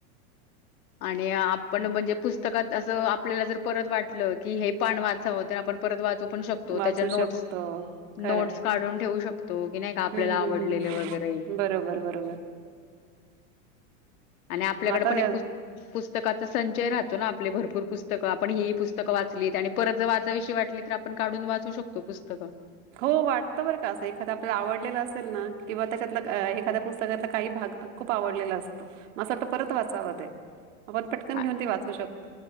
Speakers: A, on the left; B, on the right.
A: आणि आपण म्हणजे पुस्तकात असं आपल्याला जर परत वाटलं की हे पाण वाचावं तर आपण परत वाचू पण शकतो
B: वाचू
A: त्या नोट्स
B: शकतो खरं
A: नोटस काढून ठेव शक तो. कि नाही का आपल्याला
B: हम्म
A: आवडलेले
B: हम्म हम्म
A: वगैरे.
B: बरोबर बरोबर
A: आणि आपल्याकडे
B: मग
A: पण
B: आता
A: एक पु पुस्तकाचा संचय राहतो ना आपले भरपूर पुस्तकं आपण ही पुस्तक वाचलीत आणि परत जर वाचाशिवाय वा वाटली तर आपण काढून वाचू शकतो पुस्तकं.
B: हो वाटतं बर का असं एखाद आपल्याला आवडलेलं असेल ना किंवा त्याच्यात एखाद्या पुस्तकातला काही भा ग खूप आवडलेला असतो म अस परत वाचाव ते. आपण पटकन
A: आ
B: घेऊन ते वाचू शक